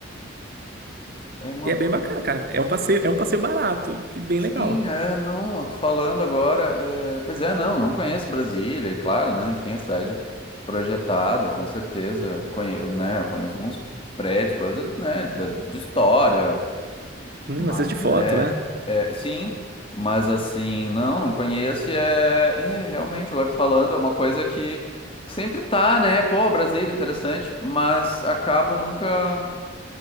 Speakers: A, on the left; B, on the right.
A: É, é uma.
B: E é
A: ba-
B: bem bacana, cara. É um passeio, é um passeio barato e bem legal.
A: Sim, é, não, eu tô falando agora. é, Pois é, não, não conheço Brasília, e claro, né? Enfim, é cidade projetada, com certeza. Conhe... eu, Né, eu conheço alguns prédios, coisas, né, da- de história.
B: Hum,
A: Mas
B: assiste foto,
A: é,
B: né?
A: é, sim, mas assim, não, não conheço. E é, é, realmente, agora tô falando, é uma coisa que sempre tá, né? Pô, Brasília, interessante, mas acabo nunca.